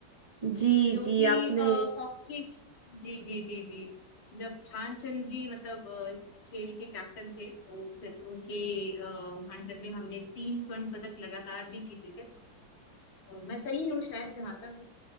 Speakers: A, on the right; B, on the left.
A: जी
B: क्योंकि
A: जी आपने
B: अ, हॉकी जी जी जी जी जब ध्यानचंद जी मतलब अ, इस खेल के कैप्टन थे तो फिर उनके अ, अंडर में हमने तीन स्वर्ण पदक लगातार भी जीते थे और मैं सही हूँ शायद जहां तक